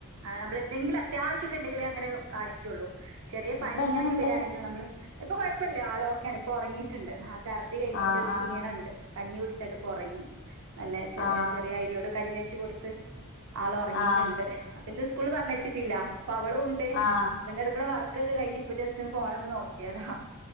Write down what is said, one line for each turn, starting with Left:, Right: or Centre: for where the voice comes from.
Right: ആ നമ്മൾ എന്തെങ്കിലും അത്യാവശ്യംക്കെ ഉണ്ടെങ്കിലേ അങ്ങെനെ കാണിക്കുള്ളൂ ചെറിയ പനി
Left: ഇപ്പൊ എങ്ങനുണ്ട്
Right: ഇങ്ങനൊക്കെ വരിയാണെങ്കിൽ നമ്മള് ഇപ്പൊ കുഴപ്ല്ല ആൾ ഓക്കെയാണ് ഇപ്പൊ ഉറങ്ങിയിട്ടുണ്ട് ആ ചർത്തി കഴിഞ്ഞതി്റെ
Left: ആഹ്
Right: ഒരു ക്ഷീണ
Left: ആഹ്
Right: ഉണ്ട് കഞ്ഞി കുടിച്ചാട്ട് ഇപ്പൊ ഉറങ്ങി നല്ല ചെറി
Left: ആഹ്
Right: ചെറിയ അരിയോട് കഞ്ഞി വെച്ച് കൊടുത്ത് ആൾ ഉറങ്ങിയിട്ടുണ്ട്
Left: ആഹ്
Right: ഇന്ന് സ്കൂള് പറഞ്ഞആയിച്ചിട്ടില്ല അപ്പൊ അവളു ഉണ്ട്
Left: ആഹ്
Right: എന്റെ എട്ക്ക് ണവർക്ക് ഒക്കെ കഴിഞ്ഞ് ഇപ്പ ജസ്റ്റ് ഫോണ് ഒന്ന് നോക്കിയതാ